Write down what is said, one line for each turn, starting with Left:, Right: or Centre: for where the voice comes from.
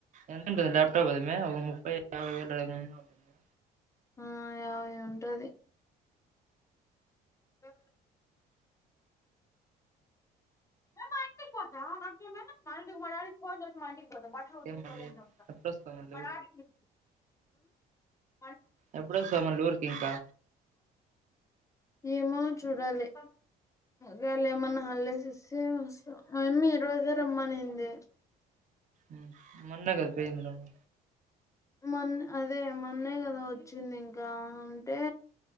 Right: ఎంతుంటందిద ల్యాప్ ఉంటది గదమే ఒక ముప్పై యాభై వేలు దలగం అవుతుందా
Left: ఆ యాభై ఉంటది ఆ మా ఇంటికి పోతాం మాకేమీ మా డాడీ కి ఫోన్ చేసి మా ఇంటికి పోతాం బట్టలు
Right: ఇంకేం
Left: ఉతుక్కోవల్లని
Right: మళ్ళీ
Left: చెప్తాను
Right: ఎప్పుడొస్తావు మళ్ళీ
Left: మా డాడీకి ఆ
Right: ఎప్పుడొస్తావ్ మళ్ళీ ఊరికి ఇంకా
Left: ఏమో చూడాలి అగా మొన్న హాలిడేస్ ఇస్తే వస్తా మా అమ్మ ఈరోజే రమ్మనింది
Right: ఉమ్ మొన్నే కదా పోయింది నువ్వు
Left: మొన్నే అదే మొన్నే కదా వచ్చింది ఇంకా అంటే